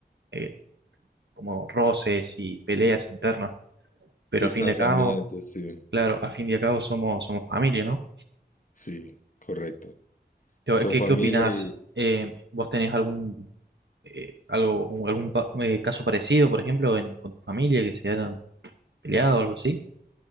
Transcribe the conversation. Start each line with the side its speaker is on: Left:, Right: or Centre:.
Right: eh, como roces y peleas internas, pero
Left: Distanciamiento,
Right: a fin de cabo,
Left: sí,
Right: claro, a fin de cabo somos, somos familia, ¿no?
Left: sí, correcto.
Right: Yo,
Left: Son
Right: ¿Qué,
Left: familia
Right: qué opinás?
Left: y
Right: Eh, ¿vos tenés algún, eh, algo, un- algún pa- eh, caso parecido, por ejemplo, en- con tu familia que se hayan peleado o algo así?